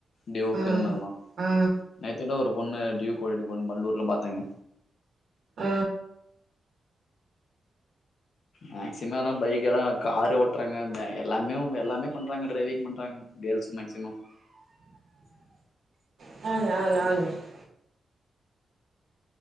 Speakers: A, on the left; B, on the right.
A: டியூக்
B: ஆ
A: அந்த மாரில்லா
B: ஆ
A: நேத்துடுட ஒரு பொண்ணு டியூக் ஓட்டிட்டு போன மல்லூர்ல பாத்தேங்க
B: அ
A: மேக்சிமம் எல்லா பைக் எல்லா காரே ஓட்டுறாங்க எல் எல்லாமே அவங்க எல்லாமே பண்றாங்க டிரைவிங் பண்றாங்க கேர்ஸ் மேக்சிமம்
B: <unintelligible>